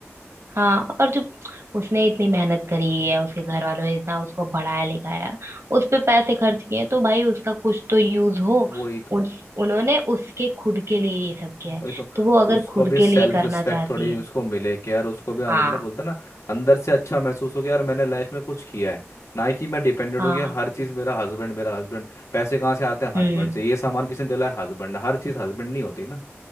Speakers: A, on the right; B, on the left.
A: हाँ और जो उसने इतनी मेहनत करी है उसके घर वालों ने इतना उसको पढ़ाया लिखाया उस पे पैसे खर्च किए तो भाई उसका कुछ तो यूज हो
B: वही तो
A: उन, उन्होंने उसके खुद के लिए ये सब किया
B: वही
A: है
B: तो
A: तो वो अगर
B: उसको
A: खुद
B: भी
A: के
B: सेल्फ
A: लिए करना
B: रिस्पेक्ट
A: चाहती
B: थोड़ी उसको
A: है
B: मिले कि यार उसको भी अं-
A: हाँ
B: मतलब बोलते हैं ना अंदर से अच्छा महसूस हो कि यार मैंने लाइफ में कुछ किया है ना ही कि मैं डिपेंडेंट
A: हाँ
B: हूँ कि हर चीज़ मेरा हस्बैंड मेरा हस्बैंड पैसे कहाँ से आते हैं हस्बैंड
A: हम्म
B: से ये सामान किसने दिलाया हस्बैंड ने हर चीज़ हस्बैंड नहीं होती ना